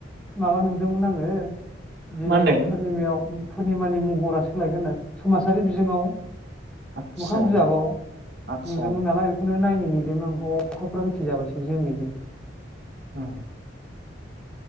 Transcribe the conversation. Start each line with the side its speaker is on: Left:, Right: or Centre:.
Centre: माबा नुदोंमोन आङो दिनै
Right: मा होनदों
Centre: पुर्निमायाव पुर्निमानि महरा सोलायगोन आरो समाजारि बिजोङाव
Right: आदसा
Centre: मोखां बिजाबाव
Right: आदसा
Centre: नुदोंमोन नालाय नो नायनो नेदोंमोन आं अखाफ होथि जाबायसो जोमैजों
Right: औ